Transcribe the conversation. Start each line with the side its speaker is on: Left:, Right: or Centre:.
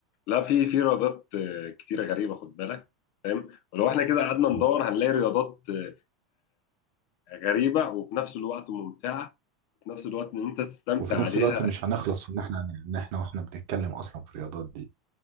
Left: لا في في رياضات آه، كتيرة غريبة خد بالك فاهم ولو احنا كده قعدنا ندور
Right: مم.
Left: هنلاقي رياضات آه، آه، غريبة وفي نفس الوقت ممتعة وفي نفس الوقت ان انت تستمتع
Right: وفي نفس
Left: عليها
Right: الوقت مش هنخلص ان احنا ان احنا واحنا بنتكلم اصلا في الرياضات دي